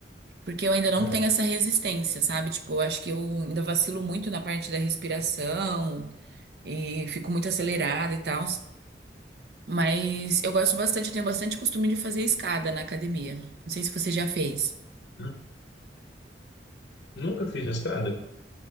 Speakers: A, on the right; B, on the left.
A: porque eu ainda não
B: É.
A: tenho essa resistência, sabe? Tipo, eu acho que eu ainda vacilo muito na parte da respiração e fico muito acelerada e tal. Mas eu gosto bastante, eu tenho bastante costume de fazer escada na academia. Não sei se você já fez.
B: Nu- Nunca fiz escada?